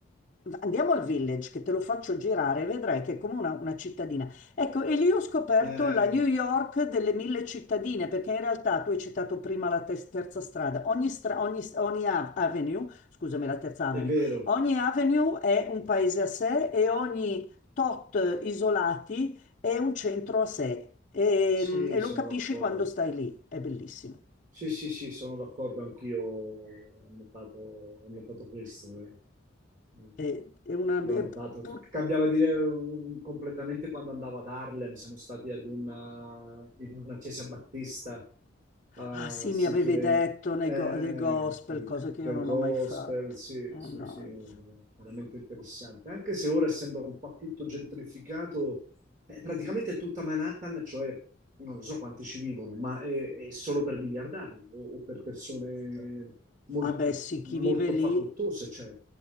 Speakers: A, on the left; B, on the right.
A: Andiamo al village che te lo faccio girare, vedrai che è come una, una cittadina. Ecco, e lì ho scoperto
B: eh,
A: la New York delle mille cittadine, perché in realtà tu hai citato prima la tes- terza strada. Ogni, stra- ogni, ogni av- avenue, scusami, la terza avenue,
B: è vero.
A: ogni avenue è un paese a sé e ogni tot isolati è un centro a sé. E,
B: Sì,
A: e
B: sono
A: lo capisci
B: d'accordo.
A: quando stai lì, è bellissimo.
B: Sì, sì, sì, sono d'accordo anch'io. Ho notato, ho notato questo. eh. Mm.
A: È, è una,
B: L'ho
A: è-
B: notato.
A: pur-
B: Cioè, Cambiava dire um, completamente quando andavo ad Harlem. Siamo stati ad una, in una chiesa battista a
A: Ah sì,
B: sentire
A: mi avevi detto nei
B: eh,
A: go- dei gospel,
B: del,
A: cose
B: del
A: che io non
B: gospel.
A: ho mai fatto.
B: Sì,
A: Mannaggia.
B: sì, sì, veramente interessante. Anche se ora, essendo un po' tutto gentrificato, eh, praticamente è tutta Manhattan, cioè non lo so quanti ci vivono, ma è, è solo per miliardari o, o per persone molto,
A: Ah beh sì,
B: molto
A: chi vive lì.
B: facoltose, cioè